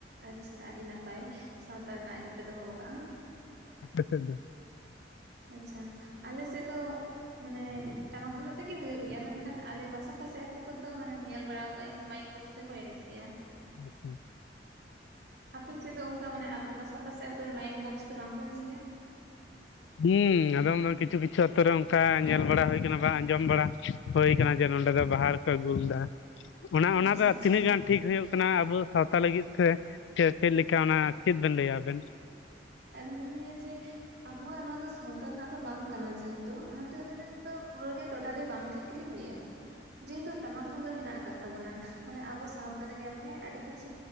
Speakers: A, on the right; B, on the left.
A: ᱟᱪᱪᱷᱟ ᱟᱰᱤ ᱱᱟᱯᱟᱭ ᱥᱟᱶᱛᱟ ᱨᱮᱱᱟᱜ ᱤᱭᱟᱹ ᱯᱮ ᱫᱚᱦᱚᱣ ᱠᱟᱜᱼᱟ᱾
B: ᱟᱯᱮ ᱥᱮᱫ ᱫᱚ
A: ᱟᱪᱪᱷᱟ ᱟᱞᱮ ᱥᱮᱫ ᱫᱚ ᱢᱟᱱᱮ ᱴᱟᱢᱟᱠ ᱛᱩᱢᱫᱟᱜ ᱛᱮᱜᱮ ᱦᱩᱭᱩᱜ ᱜᱮᱭᱟ, ᱢᱮᱱᱠᱷᱟᱱ ᱟᱞᱮ ᱯᱟᱥᱟᱯᱟᱥᱤ ᱟᱛᱩ ᱠᱚᱨᱫᱚ ᱢᱟᱱᱮ ᱧᱮᱞ ᱵᱟᱲᱟᱣ ᱠᱟᱜᱼᱟ ᱤᱧ ᱢᱟᱭᱤᱠ ᱵᱚᱠᱥ ᱛᱮᱠᱚ ᱮᱱᱮᱡ ᱜᱮᱭᱟ᱾
B: <unintelligible>
A: ᱟᱯᱮᱥᱮᱫ ᱫᱚ ᱚᱝᱠᱟ ᱢᱟᱱᱮ ᱟᱯᱮ ᱯᱟᱥᱟ ᱯᱟᱥᱮ ᱟᱛᱳ ᱨᱮ ᱢᱟᱭᱤᱠ ᱵᱚᱠᱥ ᱛᱮ ᱵᱟᱝᱠᱚ ᱮᱱᱮᱡ ᱜᱮᱭᱟ?
B: ᱦᱩᱸ ᱟᱫᱚᱢ ᱫᱚ ᱠᱤᱪᱷᱩ ᱠᱤᱪᱷᱩ ᱟᱛᱚ ᱨᱮ ᱚᱱᱠᱟ ᱧᱮᱞ ᱵᱟᱲᱟ ᱦᱳᱭ ᱠᱟᱱᱟ, ᱵᱟᱝ ᱟᱸᱡᱚᱢ ᱵᱟᱲᱟ ᱦᱳᱭ ᱠᱟᱱᱟ ᱡᱮ ᱱᱚᱸᱰᱮ ᱫᱚ ᱵᱟᱦᱟ ᱨᱮᱠᱚ ᱟᱹᱜᱩᱞᱮᱫᱟ, ᱚᱱᱟ ᱚᱱᱟᱫᱚ
A: ᱟᱪᱪᱷᱟ ᱟᱪᱪᱷᱟ
B: ᱛᱤᱱᱟᱹᱜ ᱜᱟᱱ ᱴᱷᱤᱠ ᱦᱩᱭᱩᱜ ᱠᱟᱱᱟ ᱟᱵᱚ ᱥᱟᱶᱛᱟ ᱞᱟᱹᱜᱤᱫ ᱛᱮ, ᱥᱮ ᱪᱮᱫ ᱞᱮᱠᱟ ᱚᱱᱟ ᱪᱮᱫ ᱵᱮᱱ ᱞᱟᱹᱭᱟ ᱟᱵᱮᱱ?
A: ᱟᱞᱤᱧ ᱫᱚᱞᱤᱧ ᱞᱟᱹᱭᱟ ᱡᱮ ᱟᱵᱚᱣᱟᱜ ᱱᱚᱣᱟ ᱫᱚ ᱥᱟᱶᱛᱟ ᱨᱮᱱᱟᱜ ᱫᱚ ᱵᱟᱝ ᱠᱟᱱᱟ ᱡᱮᱦᱮᱛᱩ ᱚᱱᱟ ᱚᱱᱟ ᱫᱚ ᱯᱩᱨᱟᱹᱜ ᱜᱮ ᱴᱳᱴᱟᱞᱤ ᱵᱟᱝ ᱴᱷᱤᱠ ᱜᱮᱞᱤᱧ ᱞᱟᱹᱭᱟ᱾ ᱡᱮᱦᱮᱛᱩ ᱴᱟᱢᱟᱠ ᱛᱩᱢᱫᱚᱜ ᱦᱮᱱᱟᱜ ᱟᱠᱟᱫ ᱛᱟᱵᱚᱱᱟ ᱢᱟᱱᱮ ᱟᱵᱚ ᱥᱟᱶ ᱛᱟᱨᱮ ᱧᱮᱞ ᱢᱮ ᱟᱹᱰᱤ ᱠᱤᱪᱷᱩ